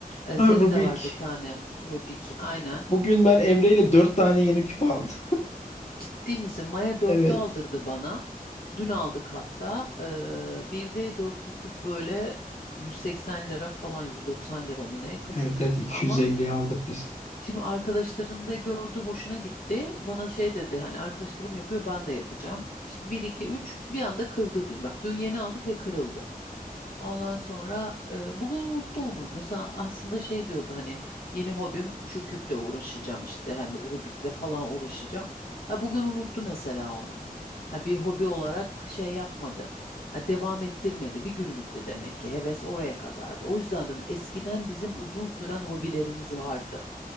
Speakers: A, on the left; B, on the left.
A: Ee,
B: Ha
A: senin
B: Rubik.
A: de var bir tane Rubik, aynen.
B: Bugün ben Emre
A: Dün,
B: ile 4 tane yeni küp aldım.
A: ciddi misin? Maya dörtlü
B: Evet.
A: aldırdı bana. Dün aldık hatta. Ee, bir de dörtlü küp böyle 180 lira falan 190 lira mı ne? Küçük
B: Evet evet 250'ye
A: ama.
B: aldık biz.
A: Şimdi arkadaşlarında gördü, hoşuna gitti. Bana şey dedi hani arkadaşlarım yapıyor ben de yapacağım. İşte bir 2 3 bir anda kırdı dün. Bak dün yeni aldık ve kırıldı. Ondan sonra e, bugün unuttu onu. Mesela aslında şey diyordu hani yeni hobim şu küple uğraşacağım işte hani Rubik'le falan uğraşacağım. Ha bugün unuttu mesela onu. Ha bir hobi olarak şey yapmadı. Ha devam ettirmedi. Bir günlüktü demek ki. Heves oraya kadardı. O yüzden diyorum eskiden bizim uzun süren hobilerimiz vardı.